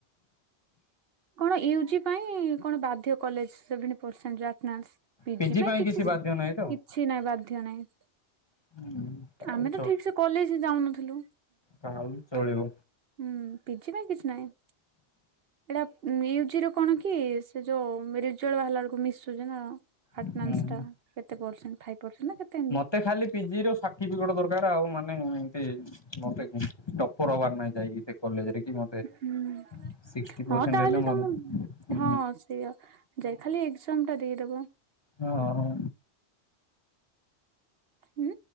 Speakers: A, on the right; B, on the left.
A: କଣ ୟୁଜିପାଇଁ କଣ ବାଧ୍ୟ କଲେଜ ସେଦିନ। ପସେଣ୍ଟ ଆଟନାସପିଜି
B: ପିଜି
A: ପାଇଁ କିଛି କିଛି
B: ବାଧ୍ୟ ନାହିଁ ତ?
A: ନାଇଁ ବାଧ୍ୟ ନାହିଁ।
B: ହୁଁ।
A: ଆମେ ତ
B: ଚ
A: ଠିକ ସେ କଲେଜ ହ ଯାଉନଥିଲୁ।
B: ତାହେଲେ ଚଳିବ।
A: ହୁଁ ପିଜିପାଇଁ କିଛି ନାହିଁ। ଏଇଟା ମିୟୁଜିର କଣ କି ସେ ଯୋଉମିଡିଏଟ ର ବାହାରିଲା ବେଳକୁ ମିଶୁଛି ନା। ଆଟନାସଟା
B: ହୁଁ।
A: କେତେ ପରସେଣ୍ଥଫାଇପ୍‌ ପରସେଣ୍ଟା ନା କେତେ ଏମିତି।
B: ମତେ ଖାଲି ପିଜି ର ସାର୍ଟିଫିକେଟ ଦରକାର ଆଉ ମାନେ ଏମତି ମତେ ଟପର ହବାର୍। ନାଇଁ ଯାଇକି ସେ କଲେଜରେ କି ମତେ
A: ହୁଁ
B: ସିକ୍ସଟି ପରସେଣ୍ଟ
A: ହଁ ତାହେଲେ
B: ହେଲେ ମୋର
A: ତମ
B: ହୁଁ
A: ହଁ ସେୟା। ଯାଇ ଖାଲି ଏଜାମ ଟା ଦେଇଦବ।
B: ହଁ ହଁ।
A: ହୁଁ।